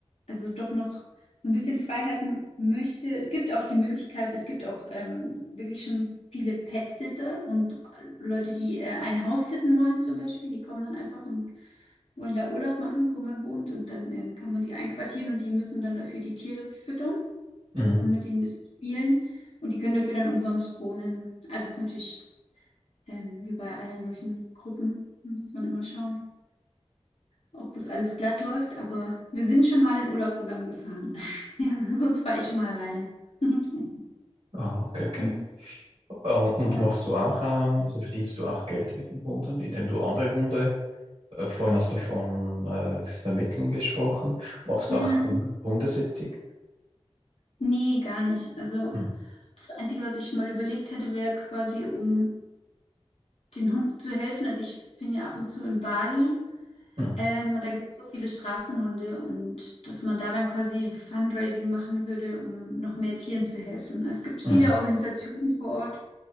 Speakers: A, on the left (about 75°); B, on the right (about 65°).
A: also doch noch so ein bisschen Freiheiten möchte. Es gibt auch die Möglichkeit, es gibt auch ähm, wirklich schon viele Pet-Sitter und Leute, die äh, ein Haus sitten wollen zum Beispiel, die kommen dann einfach und wollen da Urlaub machen, wo man wohnt und dann ähm, kann man die einquartieren und die müssen dann dafür die Tiere füttern
B: Mhm.
A: und mit denen ein bisschen spielen und die können dafür dann umsonst wohnen. Also es ist natürlich ähm, wie bei allen solchen Gruppen muss man immer schauen, ob das alles glatt läuft. Aber wir sind schon mal in Urlaub zusammengefahren. <laughs> Ja, sonst war ich immer alleine. <laughs>
B: Ah, okay, okay.
A: Genau.
B: Ah, Und, und
A: Ja.
B: machst du auch, ähm, also verdienst du auch Geld mit den Hunden, indem du andere Hunde Äh, Vorhin hast du von äh, Vermitteln gesprochen. Machst
A: Hm,
B: du auch Hun- Hundesittig?
A: nee, gar nicht. Also
B: Hm,
A: das Einzige, was ich mal überlegt hätte, wäre quasi, um den Hunden zu helfen. Also ich bin ja ab und zu in Bali.
B: hm,
A: Ähm, und da gibt es so viele Straßenhunde und dass man da dann quasi Fundraising machen würde, um noch mehr Tieren zu helfen. Es gibt viele
B: hm.
A: Organisationen vor Ort